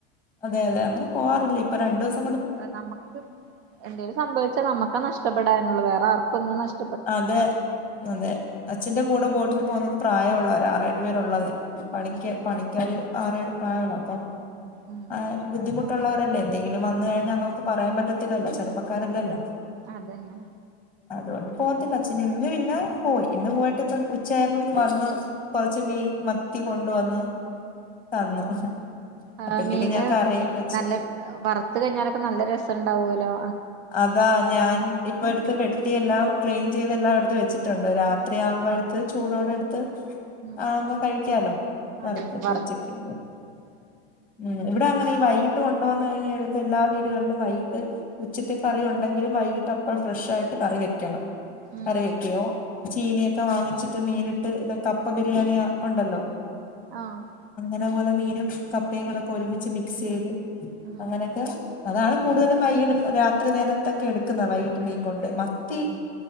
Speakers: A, in the centre; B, on the right.
A: അതെ അതെ അങ്ങനെ പോവാറില്ല ഇപ്പ രണ്ടുസ്
B: നമുക്ക് എന്തേലും സംഭവിച്ചാൽ നമ്മക്ക നഷ്ടപ്പെടാനുള്ളു വേറെ ആർ ഒന്നും നഷ്
A: അതെ അതെ അച്ഛന്റെ കൂടെ ബോട്ടിൽ പോകുന്നതും പ്രായൊള്ളവരാ ആറെഴു പേര് ഒള്ളതെ. പണിക്ക
B: ഉം
A: പണിക്കാര് ആറെഴ് പ്രായൊള്ള അപ്പം
B: ഉം
A: ആ ബുദ്ധിമു ട്ടോള്ളവരല്ലേ എന്തെങ്കിലും വന്ന് കഴിഞ്ഞാൽ നമുക്ക് പറയാൻ പറ്റത്തില്ലലോ ചെറുപ്പക്കാരല്ലലോ.
B: അതന്നെ
A: അതുകൊണ്ട് പോവാത്തില്ല അച്ഛന് ഇന്ന് പിന്നെ പോയി, ഇന്ന് പോയിട്ട്പ്പം ഉച്ചയായപ്പം വന്ന് കൊറച്ച് മീൻ മത്തി കൊണ്ടുവന്ന് തന്നു
B: ആ
A: അപ്പോഴത്തേക്ക്
B: മീന്
A: ഞാൻ കറിയൊക്കെ വെച്ച്
B: നല്ല വറുത്ത കഴിഞ്ഞാലൊക്കെ നല്ല രസോണ് ണ്ടാവുലോ.
A: അതാ ഞാൻ ഇപ് ഇപ്പ എട് അത് വെട്ടിയെല്ലാം ക്ലീൻ ചെയ്തെല്ലാം എടുത്ത് വെച്ചിട്ടുണ്ട്, രാത്രിയാവുമ്പോ എടുത്ത് ചൂടോടെ എടുത്ത്
B: ഉം
A: ആവുമ്പോ കഴിക്കാലോ വറുത്ത്
B: അതന്നെ
A: ഇപ്പ
B: വറുത്ത
A: ഉച്ചക്ക് ഉം ഇവിടെ അങ്ങനെ ഈ വൈകിട്ട് കൊണ്ടുവന്നു കഴിഞ്ഞ് കഴിയുമ്പോ എല്ലാ വീടുകളിലും വൈകിട്ട് ഉച്ചത്തെ കറി ഉണ്ടെങ്കിലും വൈകിട്ട് അപ്പോൾ ഫ്രഷ് ആയിട്ട് കറി വെക്കണം.
B: ഉം
A: കറി
B: ഉം
A: വെക്കോ? ചീനിയൊക്കെ വാങ്ങിച്ചിട്ട് മീനിട്ട് ഇത് കപ്പ ബിരിയാണി ആ ഒണ്ടല്ലോ.
B: ആം
A: അതെ പോലെ മീനും കപ് പ്പയും കൂടെ ഒക്കെ ഒരുമിച്ച് മിക്സ് ചെയ്ത്
B: ഉം
A: അങ്ങനൊക്കെ അതാണ് കൂടുതലും വൈകി രാത്രി നേരത്തൊക്കെ എടുക്കുന്ന വൈകിട്ട് മീൻ കൊണ്ട് മത്തി,